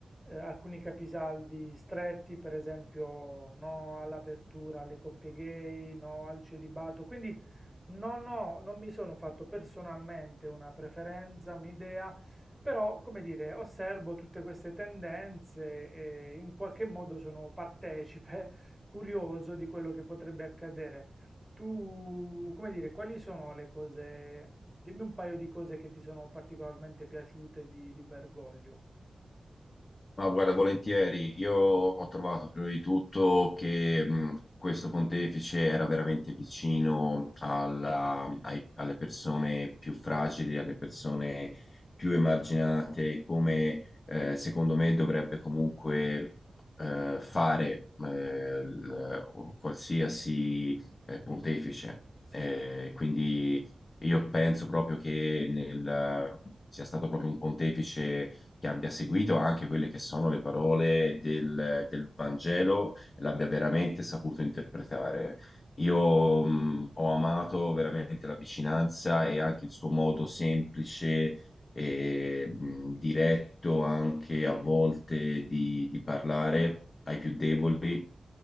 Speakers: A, in the centre; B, on the left.
A: eh, alcuni capisaldi stretti, per esempio no all'apertura alle coppie gay, no al celibato. Quindi No, no, non mi sono fatto personalmente una preferenza, un'idea, però, come dire, osservo tutte queste tendenze e in qualche modo sono partecipe, <laughs> curioso di quello che potrebbe accadere. Tu, come dire, quali sono le cose, dimmi un paio di cose che ti sono particolarmente piaciute di, di Bergoglio.
B: Ma guarda, volentieri, io ho trovato prima di tutto che mh, questo pontefice era veramente vicino alla- ai- alle persone più fragili, alle persone più emarginate, come eh, secondo me dovrebbe comunque eh, fare eh, l- o qualsiasi eh, pontefice.
A: Sì,
B: Eh, quindi io penso proprio che nel- sia stato proprio un pontefice che abbia seguito anche quelle che sono le parole del, del Vangelo e l'abbia veramente saputo interpretare. Io
A: ok,
B: mh, ho amato veramente la vicinanza e anche il suo modo semplice e mh, diretto anche a volte di, di parlare ai più deboli,
A: sì,